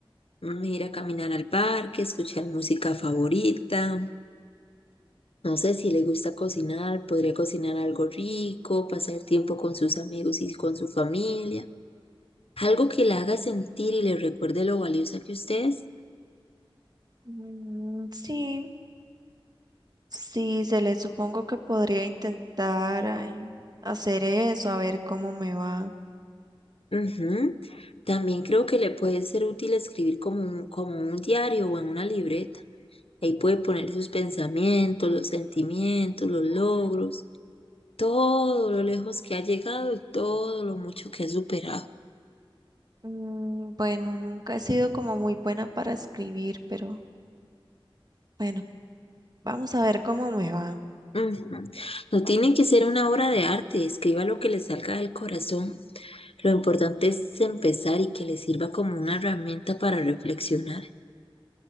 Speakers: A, on the left; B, on the right.
A: mm, ir a caminar al parque, escuchar música favorita. No sé si le gusta cocinar, podría cocinar algo rico, pasar tiempo con sus amigos y con su familia. Algo que la haga sentir y le recuerde lo valiosa que usted es.
B: Mm, sí, sí, se le supongo que podría intentar ay, hacer eso, a ver cómo me va.
A: Ujú. También creo que le puede ser útil escribir como un, como un diario o en una libreta. Ahí puede poner sus pensamientos, los sentimientos, los logros, todo lo lejos que ha llegado y todo lo mucho que ha superado.
B: Mm, Bueno, nunca he sido como muy buena para escribir, pero bueno, vamos a ver cómo me va.
A: Ujú. No tiene que ser una obra de arte, escriba lo que le salga del corazón. Lo importante es empezar y que le sirva como una herramienta para reflexionar.